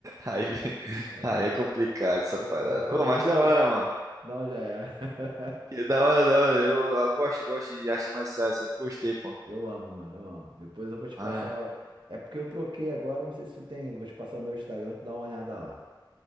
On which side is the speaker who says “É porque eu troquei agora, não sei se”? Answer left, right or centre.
Right